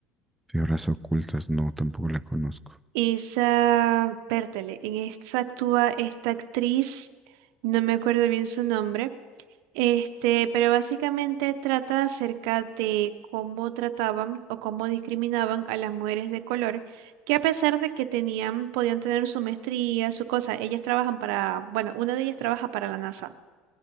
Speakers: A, in the centre; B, on the right (about 75°).
A: Figuras ocultas, no, tampoco la conozco.
B: Esa, pértale, en esa actúa esta actriz, no me acuerdo bien su nombre, este, pero básicamente trata acerca de cómo trataban o cómo discriminaban a las mujeres de color, que a pesar de que tenían, podían tener su maestría, su cosa, ellas trabajan para, bueno, una de ellas trabaja para la NASA.